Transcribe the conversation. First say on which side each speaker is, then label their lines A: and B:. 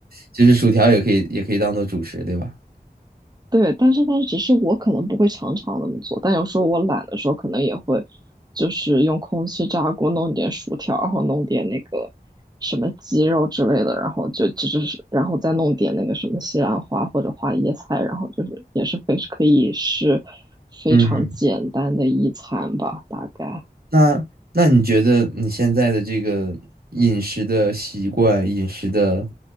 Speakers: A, on the right (about 70°); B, on the right (about 25°).
A: 其实薯条也可以也可以当做主食，对吧？
B: 对，但是但是只是我可能不会常常那么做，但有时候我懒的时候，可能也会就是用空气炸锅弄点薯条，然后弄点那个什么鸡肉之类的，然后就只是然后再弄点那个什么西兰花或者花椰菜，然后就是也是非可以是非常简单的一餐吧，
A: 嗯。
B: 大概
A: 那那你觉得你现在的这个饮食的习惯、饮食的